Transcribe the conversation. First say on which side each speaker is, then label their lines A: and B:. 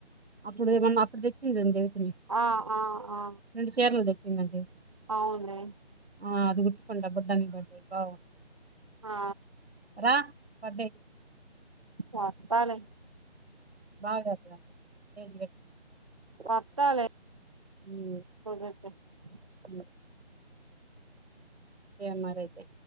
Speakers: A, on the right; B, on the right.
A: అప్పుడు ఏమనా అప్పుడు తెచ్చిందంని జీవితం
B: ఆ ఆ ఆ
A: రెండు చీరలు తెచ్చిందంటె
B: అవును
A: ఆ అది కుట్టుకుంట బుడ్డ దాని బర్త్డే కి బాగుంటంది
B: ఆ
A: రా బర్త్డే కా
B: చేస్తాను
A: బాగాతుల <unintelligible>
B: వస్తాలే
A: హ్మ్
B: <inaudible>
A: అ ఎమ్మా రైతే